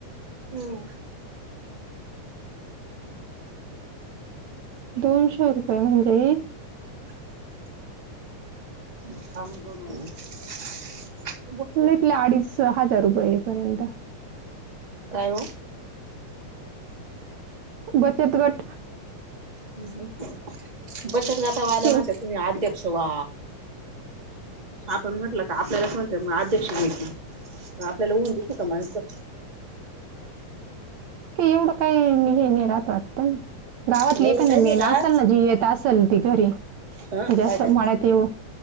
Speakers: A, on the right; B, on the right.
A: हम्
B: दोनशे रुपये म्हणजे
A: हम् अहमदल
B: इथले अडीच हजार रुपये ये पर्यंत
A: काय हो
B: बचत गट
A: ह् बचत जाता
B: स्कीम
A: आल्या म्हणते आद्यक्षवा आपण म्हटलं का आपल्यालाच म्हणत मग अध्यक्ष मा्याती मग आपल्याला ऊन दे का माणसं
B: एवढं काही हे नाही राहत वाटतं ना गावातली
A: एवढं
B: एखा
A: काही
B: मेन
A: नाही
B: असल
A: राहत
B: ना जीेत असल ती घरी म्हणजे
A: हा
B: अस
A: काय
B: म्हळ्यात
A: ते?
B: येऊ